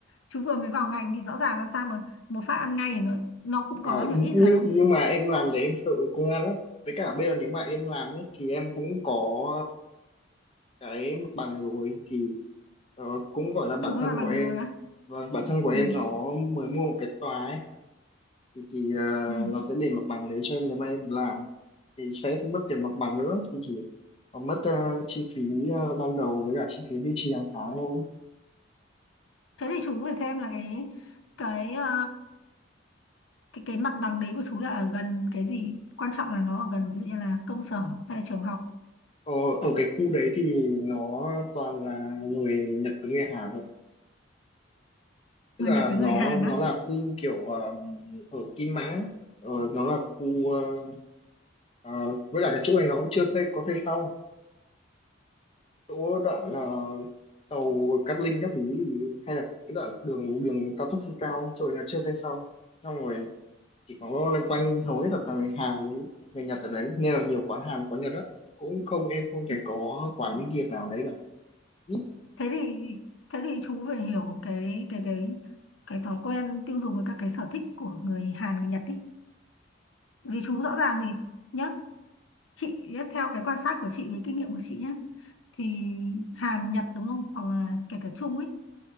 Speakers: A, on the left; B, on the left.
A: Chú vừa mới vào ngành thì rõ ràng làm sao mà một phát ăn ngay thì nó, nó cũng
B: à,
A: có nhưng mà ít
B: nhưng
A: lắm.
B: nhưng mà em làm để em sợ công an lắm với cả bây giờ nếu mà em làm ấy thì em cũng có cái mặt bằng rồi thì ờ, cũng gọi là bạn
A: Chú có
B: thân
A: mặt bằng
B: của em
A: rồi á.
B: và bạn thân của em
A: Ừ.
B: nó mới mua một cái tòa ấy thì, thì ờ,
A: Ừ.
B: nó sẽ để mặt bằng đấy cho em nếu mà em làm thì sẽ không mất tiền mặt bằng nữa thì chỉ còn mất ờ, chi phí ờ, ban đầu với cả chi phí duy trì hàng tháng thôi
A: Thế thì chú phải xem là cái cái ờ, cái cái mặt bằng đấy của chú là ở gần cái gì, quan trọng là nó ở gần ví dụ như là công sở hay là trường học
B: Ờ, ở cái khu đấy thì nó toàn là người Nhật với người Hàn thôi. Tức
A: người
B: là
A: Nhật với
B: nó
A: người Hàn
B: nó
A: á
B: là khu kiểu ờm, ở Kim Mã, ấy. ờ, nó là khu ờ, ờ, với cả cái chỗ này nó cũng chưa xây có xây xong. Chỗ đoạn ờ, tàu Cát Linh các thứ thì, hay là cái đoạn đường đường cao tốc trên cao chỗ này nó chưa xây xong. Xong rồi chỉ có loanh quanh hầu hết là toàn người Hàn với người Nhật ở đấy nên là nhiều quán Hàn quán Nhật đó cũng không em không
A: Ừ.
B: thể có quán
A: Ừ.
B: Việt nào đấy cả ít
A: thế thì thế thì chú phải hiểu cái cái cái cái thói quen tiêu dùng với các cái sở thích của người Hàn người Nhật đi vì chú rõ ràng thì nhá chị nhá, theo cái quan sát của chị với kinh nghiệm của chị nhá thì Hàn Nhật đúng không hoặc là kể cả Trung ấy